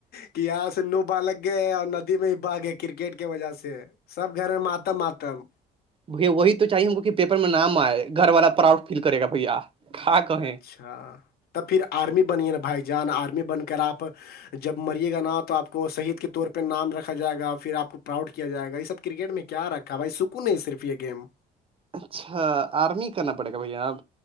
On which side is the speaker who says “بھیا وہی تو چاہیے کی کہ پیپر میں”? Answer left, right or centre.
Right